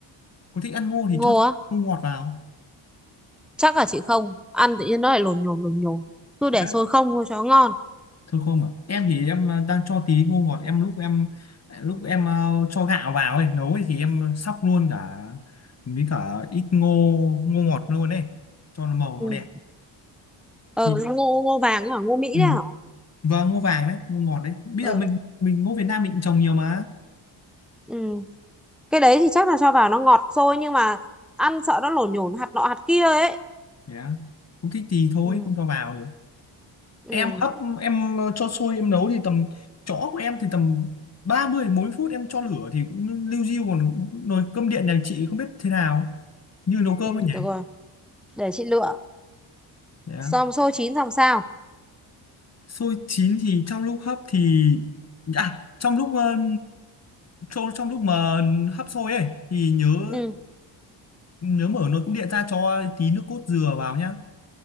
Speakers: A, on the left; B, in the centre.
A: Có thích ăn ngô thì
B: ngô
A: cho thêm
B: á
A: ngô ngọt vào.
B: chắc là chị không ăn tự nhiên nó lại lồn nhồn lồn nhồn cứ để
A: Đã.
B: sôi không thôi cho nó ngon
A: Thôi không à? Em thì em ờ, đang cho tí ngô ngọt em lúc em lúc em ờ, cho gạo vào ấy, nấu ấy, thì em sóc luôn cả với cả ít ngô ngô ngọt luôn ấy cho nó màu
B: ừ
A: nó đẹp.
B: ờ
A: Thì
B: ngô ngô vàng ấy hả ngô Mỹ
A: ừ.
B: đấy hả
A: Và ngô vàng đấy, ngô ngọt đấy. Bây
B: ừ
A: giờ mình mình ngô Việt Nam mình cũng trồng nhiều mà.
B: ừ cái đấy thì chắc là cho vào nó ngọt thôi nhưng mà ăn sợ nó lổn nhổn hạt nọ hạt kia ấy
A: Yeah. Không thích thì thôi,
B: ừ
A: không cho vào được.
B: ừ
A: em hấp em cho sôi em nấu thì tầm chõ của em thì tầm ba mươi đến bốn mươi phút em cho lửa thì cũng liu riu còn nồi cơm điện nhà chị không biết thế nào như nấu cơm
B: ừ
A: thôi nhỉ
B: được rồi để chị lựa
A: yeah.
B: xong xôi chín xong sao
A: sôi chín thì trong lúc hấp thì à trong lúc ờ, cho trong lúc mà hấp sôi ấy thì nhớ
B: ừ
A: nhớ mở nồi cơm điện ra cho tí nước cốt dừa vào nhá